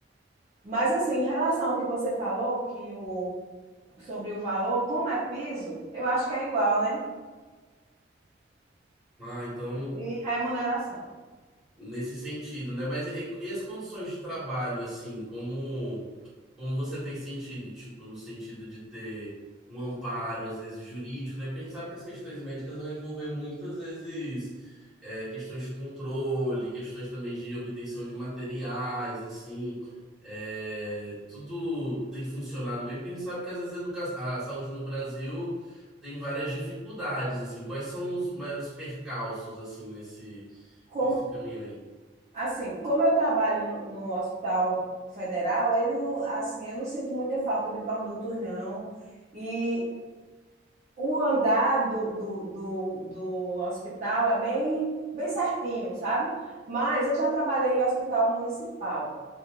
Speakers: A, on the right; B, in the centre.
A: Mas assim, em relação ao que você falou, que o, sobre o valor, como é piso, eu acho que é igual, né?
B: Ah, então
A: E remuneração.
B: nesse sentido, né? Mas e, e as condições de trabalho, assim, como, como você tem sentido, tipo, no sentido de ter um amparo, às vezes, jurídico, né? Porque a gente sabe que as questões médicas vão envolver muitas vezes é, questões de controle, questões também de obtenção de materiais, assim. É, tudo tem funcionado bem, porque a gente sabe que às vezes a, educa- a saúde no Brasil tem várias dificuldades, assim. Quais são os maiores percalços, assim, nesse,
A: Como,
B: nesse caminho aí?
A: Assim, como eu trabalho no, no Hospital Federal, ele não, assim, eu não sinto muita falta de produtos, não. E o andar do, do, do, do hospital é bem, bem certinho, sabe? Mas eu já trabalhei em hospital municipal.